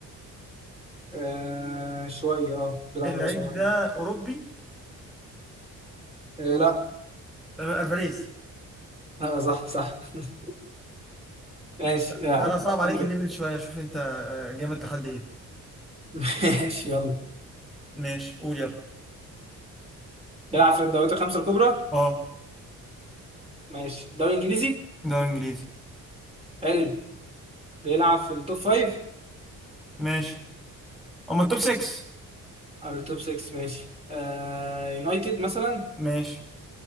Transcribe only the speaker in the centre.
اللعيب
ده اوروبي
تمام الفاريز
ماشي
تعالى
صعب عليك الليفل شويه شوف انت آه، جامد لحد ايه
ماشي قول يلا
اه
دوري انجليزي
ماشي اما التوب 6
ماشي